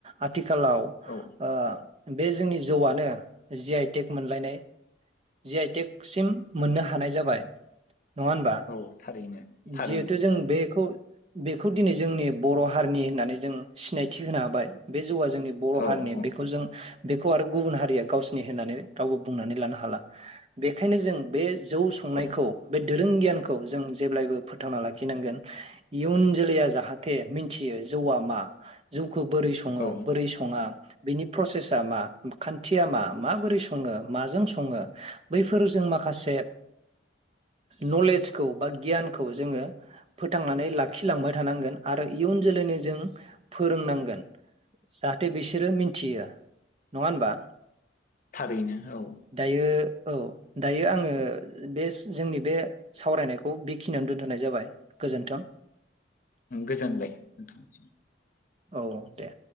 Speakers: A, on the right; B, on the left.
A: आथिखालाव आ
B: औ
A: बे जोंनि जौआनो जि आइ टेक मोनलायनाय जि आइ टेक सिम मोननो हानाय जाबाय। नङा होनबा?
B: औ थारैनो थारैनो
A: जिहेथु जों बेखौ बेखौ दिनै जोंनि बर' हारिनि होननानै जों सिनायथि होनो हाबाय बे जौआ जों बर'
B: औ
A: हारिनि
B: औ
A: बेखौ जों बेखौ आरो गुबुन हारिया गावसिनि होननानै रावबो बुंनानै लानो हाला बेखायनो जों बे जौ संनायखौ
B: औ
A: बे दोरों गियानखौ जों जेब्लायबो फोथांना लाखिनांगोन इयुन जोलैया जाहाथे मिथियो जौआ मा जौ बोरै सङो
B: औ
A: बोरै स बिनि प्रसेसा मा खान्थिया मा माबोरै सङो माजों सङो बैफोर जों माखासे नलेजखौ बा गियानखौ जोङो फोथांनानै लाखिलांबाय थानांगोन आरो इयुन जोलैनो जों फोरोंनांगोन। जाहाथे बिसोरो मिथियो नङा होनबा?
B: थारैनो औ
A: दायो औ दायो आङो बे जोंनि बे सावरायनायखौ बेखिनियावनो दोन्थ'नाय जाबाय गोजोन्थों।
B: गोजोनलाय गोथांसै
A: औ दे